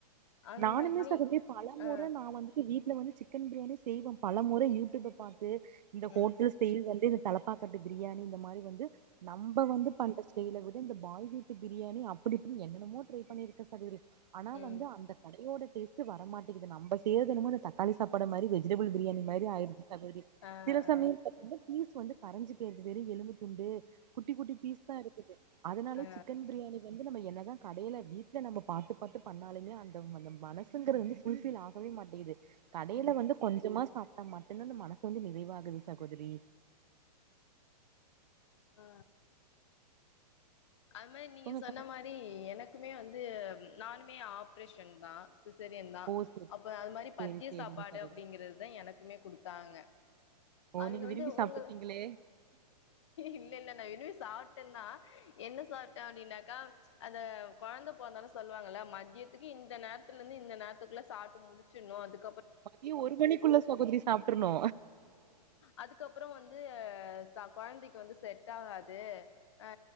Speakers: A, on the left (about 45°); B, on the right (about 80°).
A: அந்த
B: நானுமே
A: மாரி நீ
B: சகோதரி பல முற
A: ஆ
B: நான் வந்து வீட்டு இல வந்து சிக்கன் பிரியாணி செய்வோம் பல முறை யூடிப்ப பார்த்து இந்தஹோட்டல்
A: ம்
B: ஸடைல் வந்து தலப்பாக்கட்டு பிரியாணி இந்த மாரி வந்து நம்ப வந்து பண்ற ஸ்டைல விட இந்த பாய் வீட்டு பிரியாணி அப்டி இப்டின் என்னென்னமோ ட்ரை பண்ணிரு க்க சகோதரி ஆனா
A: ம்
B: வந்து அந்த கடையோட டேஸ்ட்டு வர மாட்டேங்குது நம்ப செய்றதென்னமோ அந்த தக்காளி சாப்பாடு மாரி வெ ஜிடபுள் பிரியாணி மாரி ஆயிருச்சு சகோதரி
A: ஆ ஆ
B: சமயல் பத்துன பீஸ் வந்து கரஞ்சு போயிறுது வெறு எலும்பு துண்டு குட்டி குட்டி பீஸ்தா இருக்குது அதனாலயே
A: ஆ ஆ
B: சிக்கன் ப்ரியாணி வந் து நம்ம என்னதா கடைல வீட்ல நம்ப பாத்து பாத்து பண்ணாலுமே அந்த அந்த மனசுங்குறது வந்து ஃபுல் ஃபில் ஆகவே மாட்டேங்கிது கடைல
A: ம்
B: வந்து கொஞ்சமா சாப்ட்டா மட்டுந்தா அந்த மனசு வந்து நிறை வாகுது சகோதரி
A: ஆ அது மாரி நீங்க
B: உங்க
A: சொன்ன
B: கண
A: மாரி எனக்குமே வந்து நானுமே ஆப்ரேஷன்தா சிசேரியன்தா
B: ஓ செரி
A: அப்ப அது மாரி
B: செரி
A: பத்திய
B: செரிங்க
A: சாப்பாடு
B: சகோதரி
A: அப்படிங்கிறதுதா எனக்குமே குடு த்தாங்க
B: ஓ
A: அதுல
B: நீங்க
A: வந்து
B: விரும்பி சாப்ட்ருப்பீங்களே
A: உங்க இல்ல இல்ல நா விரும்பி சாப்ட்டந்தா என்ன சாப்ட்ட அப்டின்னாக்கா அத கொழந்த பொறந்தன சொல்வாங்கள மதியத்துக்கு இந்த நேரத்துல இருந்து இந்த நேரத்துக்குள்ள சாட்டு முடிச்சுர்னு அதுக்
B: மதிய ஒரு மணிக்குள்ள சகோதரி சாப்ட்ருணு
A: அதுக்கப்றொ வந்து ச கொழந்தைக்கு வந்து செட் ஆகாது ஆ